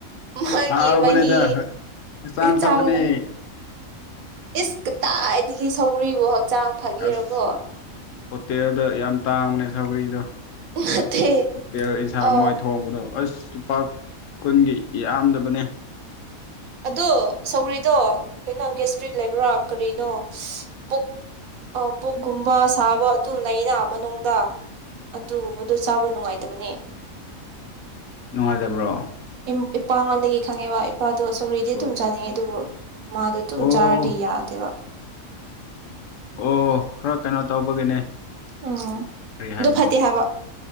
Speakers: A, on the right; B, on the left.
A: ꯃꯥꯒꯤ
B: ꯍꯥꯎꯕꯅꯦꯗ
A: ꯃꯍ
B: ꯍꯛꯆꯥꯡ
A: ꯆꯒ
B: ꯐꯕꯅꯦ
A: ꯏꯁꯀꯇꯥ ꯇ ꯁꯒꯔꯤ ꯣꯠ ꯆꯥꯡ ꯐꯒꯦꯔꯀꯣ
B: ꯑꯁ ꯍꯣꯇꯦꯜꯗ ꯌꯥꯝ ꯇꯥꯡꯕꯅꯦ ꯁꯧꯒꯔꯤꯗꯣ
A: ꯅꯠꯇꯦ
B: ꯑꯣꯛꯇꯦ ꯏꯟꯁꯥꯡ
A: ꯑ
B: ꯃꯣꯏ ꯊꯣꯡꯕꯗꯣ ꯑꯁ ꯂꯨꯄꯥ ꯀꯨꯟꯒꯤ ꯌꯥꯝꯗꯕꯅꯤ
A: ꯑꯗꯣ ꯁꯧꯒ꯭ꯔꯤꯗꯣ ꯀꯩꯅꯣ ꯒꯦꯁꯇ꯭ꯔꯤꯠ ꯂꯩꯕ꯭ꯔꯥ ꯀꯔꯤꯅꯣ ꯄꯨꯛ ꯄꯨꯛꯀꯨꯝꯕ ꯁꯥꯕ ꯑꯗꯨ ꯂꯩꯅ ꯃꯅꯨꯡꯗ ꯑꯗꯨꯒꯨꯝꯕꯗꯣ ꯆꯥꯕ ꯅꯨꯡꯉꯥꯏꯇꯕꯅꯤ
B: ꯅꯨꯡꯉꯥꯏꯇꯕ꯭ꯔꯣ
A: ꯏ ꯏꯄꯥꯉ ꯋꯥ ꯀꯦꯀꯉꯦ ꯋꯥ ꯅꯨꯄꯥꯗꯣ ꯁꯧꯔꯤꯗꯤ
B: ꯑꯣ
A: ꯑꯗꯨꯝ ꯆꯥꯅꯤꯡꯉꯦ ꯑꯗꯨꯕꯨ ꯃꯥꯗꯣ ꯑꯗꯨꯝ
B: ꯑꯣ
A: ꯆꯥꯔꯗꯤ ꯌꯥꯗꯦꯕ
B: ꯑꯣ ꯈꯔ ꯀꯩꯅꯣ ꯇꯧꯕꯒꯤꯅꯦ
A: ꯎꯝ
B: ꯀꯔꯤ ꯍꯥꯏꯒꯅꯤ
A: ꯑꯗꯨ ꯐꯠꯇꯦ ꯍꯥꯏꯕ